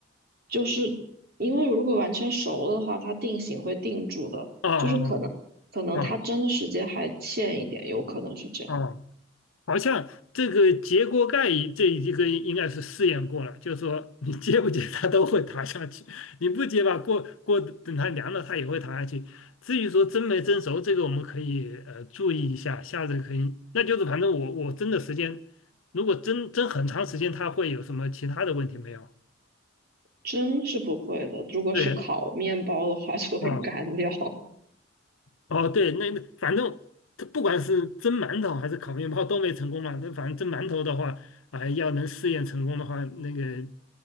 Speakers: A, on the right (about 50°); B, on the left (about 80°).
A: 就是因为如果完全熟了的话，它定型会定住的，
B: 啊啊
A: 就是可能可能它蒸的时间还欠一点，
B: 啊啊！
A: 有可能是这样。
B: 啊好像这个揭锅盖一这一个应该是试验过了，就是说你揭不揭它都会塌下去，你不揭吧，过过等它凉了它也会塌下去。至于说蒸没蒸熟，这个我们可以呃注意一下，下次可以，那就是反正我我蒸的时间，如果蒸蒸很长时间，它会有什么其他的问题没有？
A: 蒸是不会的，如果是烤面包的话就会
B: 对，啊，
A: <laughs> 干掉。
B: 哦，对，那那反正它不管是蒸馒头还是烤面包都没成功嘛。那反正蒸馒头的话，啊、要能试验成功的话，那个